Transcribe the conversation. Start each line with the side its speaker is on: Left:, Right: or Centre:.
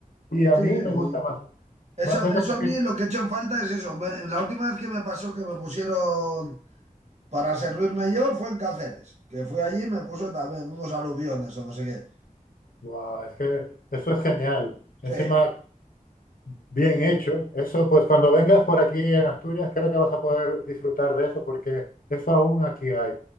Left: Y a
Right: Sí,
Left: mí
Right: sí,
Left: me
Right: sí.
Left: gusta más,
Right: Eso,
Left: más eso
Right: eso
Left: porque,
Right: a mí lo que he hecho en falta es eso. Me- La última vez que me pasó que me pusieron para servirme yo fue en Cáceres, que fui allí y me puso también unos aluviones o no sé qué.
Left: guau, es que eso es genial. Encima
Right: Sí,
Left: Bien hecho. Eso, pues cuando vengas por aquí en Asturias, creo que vas a poder disfrutar de eso porque eso aún aquí hay.